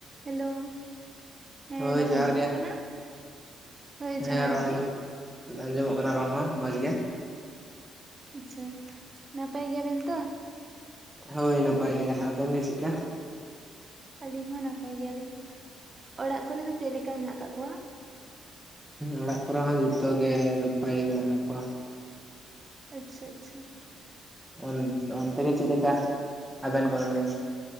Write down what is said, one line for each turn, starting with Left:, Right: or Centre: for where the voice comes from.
Right: Hello ᱦᱮᱸ
Centre: ᱦᱳᱭ
Right: ᱨᱚᱲ
Centre: ᱡᱚᱦᱟᱨ
Right: ᱟᱸᱡᱚᱢᱚᱜ
Centre: ᱜᱮ
Right: ᱠᱟᱱᱟ ᱦᱳᱭ ᱡᱚᱦᱟᱨ
Centre: ᱦᱮᱸ ᱨᱚᱲ
Right: ᱜᱮ
Centre: ᱟᱸᱡᱚᱢᱚᱜ ᱟᱸᱡᱚᱢᱚᱜ ᱠᱟᱱᱟ ᱨᱚᱲ ᱦᱚᱸ ᱢᱚᱸᱡᱽ ᱜᱮ
Right: ᱟᱪᱪᱷᱟ ᱱᱟᱯᱟᱭ ᱜᱮᱭᱟᱵᱮᱱ ᱛᱚ
Centre: ᱦᱳᱭ ᱱᱟᱯᱟᱭ ᱜᱮ ᱟᱵᱮᱱ ᱜᱮ ᱪᱮᱫ ᱞᱮᱠᱟ?
Right: ᱟᱹᱞᱤᱧ ᱦᱚᱸ ᱱᱟᱯᱟᱭ ᱜᱮᱭᱟᱞᱤᱧ ᱚᱲᱟᱜ ᱠᱚᱨᱮ ᱫᱚ ᱪᱮᱫ ᱞᱮᱠᱟ ᱢᱮᱱᱟᱜ ᱠᱟᱜ ᱠᱚᱣᱟ
Centre: ᱚᱲᱟᱜ ᱠᱚᱨᱮ ᱦᱚᱸ ᱡᱷᱚᱛᱚ ᱜᱮ ᱱᱟᱯᱟᱭ ᱜᱮ ᱢᱮᱱᱟᱜ ᱠᱟᱜ ᱠᱚᱣᱟ
Right: ᱟᱪᱪᱷᱟᱼᱟᱪᱪᱷᱟ
Centre: ᱚᱱ ᱚᱱᱛᱮ ᱜᱮ ᱪᱮᱫ ᱞᱮᱠᱟ ᱟᱵᱮᱱ ᱠᱚᱨᱮᱱ ᱜᱮ